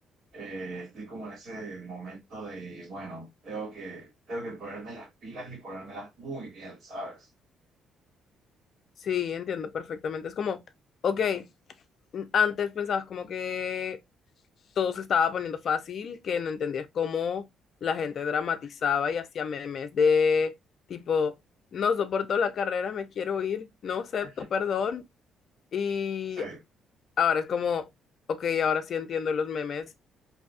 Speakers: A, on the right (about 45°); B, on the left (about 50°).
A: eh, estoy como en ese momento de, bueno, tengo que, tengo que ponerme las pilas y ponérmelas muy bien, ¿sabes?
B: Sí, entiendo perfectamente. Es como, ok, n- antes pensabas como que todo se estaba poniendo fácil, que no entendías cómo la gente dramatizaba y hacía memes de tipo, no soporto la carrera, me quiero ir, no acepto,
A: Sí,
B: perdón. Y
A: sí,
B: ahora es como, ok, ahora sí entiendo los memes